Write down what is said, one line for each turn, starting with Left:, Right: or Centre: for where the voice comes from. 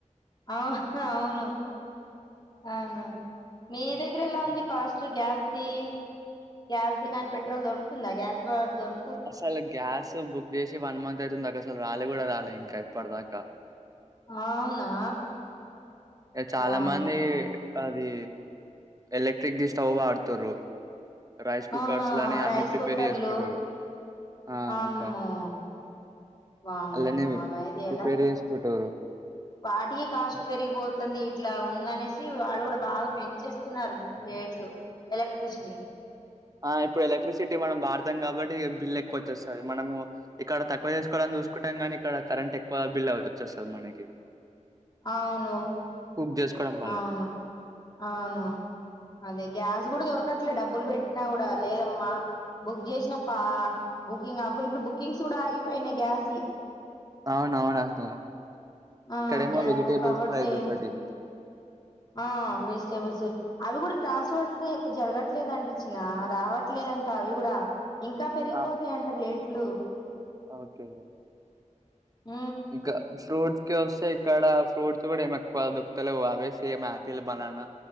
Left: అహా అవును అవును అహా మీ దగ్గర ఎలా ఉంది కాస్ట్ గ్యాస్ది గ్యాస్ది కానీ పెట్రోల్ దొరుకుతుందా గ్యాస్ బ దొరుకు
Right: అసలు గ్యాస్ ఉ బుక్ చేసి వన్ మంత్ అయితుందిక అసలు రాలే కూడా రాలే ఇంకా ఇప్పటి దాకా
Left: అవునా
Right: చాలా
Left: వామ్మో
Right: మంది అది ఎలక్ట్రిక్ దీ స్టవ్ వాడతారు రైస్ కుక్కర్స్
Left: ఆహా
Right: లని అన్ని
Left: రైస్
Right: ప్రిపేర్
Left: కుక్కర్లు
Right: చేసుకుంటరు ఆ
Left: అమ్మో
Right: ఇంకా
Left: వామ్మో
Right: అలని
Left: అలా అయితే
Right: ప్రిపేర్
Left: ఎలా
Right: చేసుకుంటారు
Left: వాటికి కాస్ట్ పెరిగిపోతుంది ఇట్లా ఉందనేసి వాళ్ళు కూడా బాగా పెంచేస్తున్నారు రేట్లు ఎలక్ట్ర్రిషిన్
Right: ఆ ఇప్పుడు ఎలక్ట్రిసిటీ మనం వాడతాం కాబట్టి బిల్ ఎక్కువ వచ్చస్తుంది మనము ఇక్కడ తక్కువ చేసుకోవడానికి చూసుకుంటాం కాని ఇక్కడ కరెంట్ ఎక్కువ బిల్ అ వచ్చేస్తుంది మనకి
Left: అవును
Right: కుక్ చేసుకోవడం వల్ల
Left: అవును అవును అదే గ్యాస్ అ కూడా దొరకట్లేదు డబ్బులు పెట్టినా కూడా లేదమ్మా బుక్ చేసిన బుకింగ్ అ ఇప్పుడు బుకింగ్స్ కూడా ఆగిపోయినాయి గ్యాస్
Right: అవును అవునక్క
Left: ఆ
Right: ఇక్కడమో
Left: గ్యాస్
Right: వెజిటేబుల్స్
Left: బుక్ అవ్వట్లే
Right: ప్రైజ్
Left: ఏం
Right: ఒకటి
Left: ఆ వెజిటేబుల్స్ అవి కూడా ట్రాన్స్పోర్ట్ ఎక్కు జరగట్లేదంట చిన్న రావట్లేదంట అవి కూడా ఇంకా పెరిగిపోతాయింట
Right: ఆహా
Left: రేట్లు <inaudible>
Right: ఓకే
Left: ఉ
Right: ఇంకా ఫ్రూట్స్ కి వస్తే ఇక్కడ ఫ్రూట్స్ కూడా ఏమి ఎక్కువ దొకుతలే అవేసి ఏం ఆపిల్ బనానా